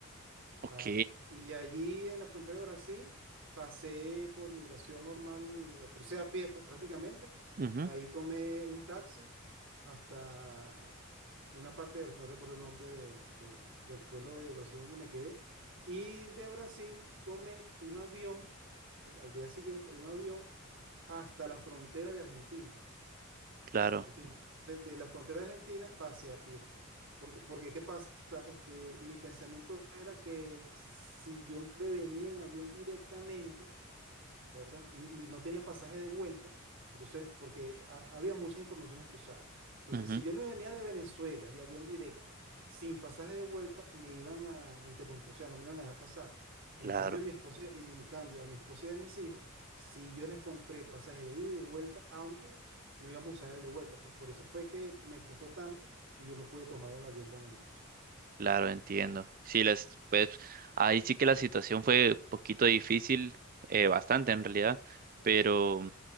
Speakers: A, on the right; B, on the right.
A: Ok.
B: Ah, y allí en la frontera de Brasil pasé por migración normal, crucé a pie, pues prácticamente.
A: Ujú.
B: Ahí tomé un taxi hasta una parte de Brasil, no recuerdo el nombre de- de- del pueblo de Brasil donde me quedé. Y de Brasil tomé un avión, ¿verdad? Al día siguiente, un avión hasta la frontera de Argentina.
A: Claro.
B: ¿entiendes? Entonces, de la frontera de Argentina pasé a pie. Porque, porque ¿qué pasa? Este, mi pensamiento era que si yo me venía en avión directamente, ¿verdad? N- Y no tenía pasaje de vuelta, entonces, porque ha- había muchas informaciones cruzadas. Entonces,
A: Ujú.
B: si yo me venía de Venezuela, de avión directo, sin pasaje de vuelta, me iban a interrumpir, o sea, no me iban a dejar pasar. En
A: Claro.
B: cambio, a mi esposa, en cambio, a mi esposa y a mis hijos, si yo les compré pasaje de ida y de vuelta, aunque no íbamos a usar el de vuelta, pues por eso fue que me costó tanto y yo no pude tomar el avión con ellos.
A: Claro, entiendo. Sí, les, pues ahí sí que la situación fue poquito difícil, eh, bastante en realidad, pero,